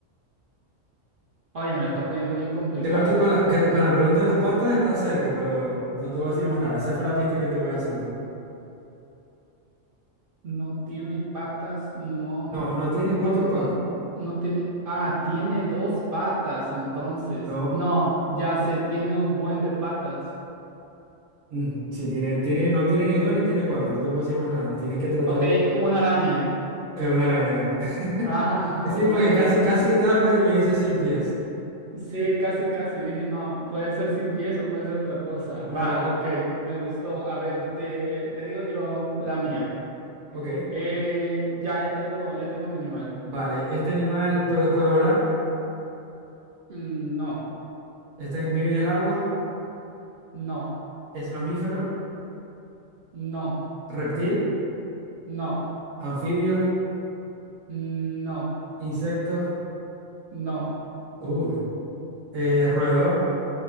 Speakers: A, on the right; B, on the right.
A: Oye, me la estás poniendo bien complicada,
B: Creo que con
A: tú.
B: la, que- con la pregunta de las patas estás cerca, pero no te voy a decir más nada. Esa fue la pista que te voy a soltar.
A: No tiene patas, no,
B: No, no tiene
A: no
B: cuatro
A: tiene,
B: patas.
A: no tiene, ah, tiene dos patas, entonces.
B: No,
A: No, ya sé, tiene un buen de patas.
B: mm, sí tiene, tiene, no tiene ni dos ni tiene cuatro. No te puedo decir más nada. Tienes que tratar
A: Ok,
B: de...
A: una araña.
B: Es una araña. <laughs>
A: Ah,
B: Sí,
A: <laughs> ya,
B: porque
A: ya,
B: casi,
A: ya.
B: casi que tapa y me dice cien pies.
A: Sí, casi, casi. Dije, no, puede ser sin pies o puede ser otra cosa. Va,
B: Una araña.
A: ok, me gustó. A ver, te, te digo yo la mía.
B: Vale. Ok.
A: Eh, ya, ya tengo, ya tengo mi animal.
B: Vale. Este animal puede, puede volar.
A: Mm, No,
B: Está en- vive en el agua.
A: no,
B: Es mamífero.
A: no.
B: Reptil.
A: No,
B: Anfibio.
A: Mm, No,
B: Insecto.
A: no,
B: Uh, eh, roedor.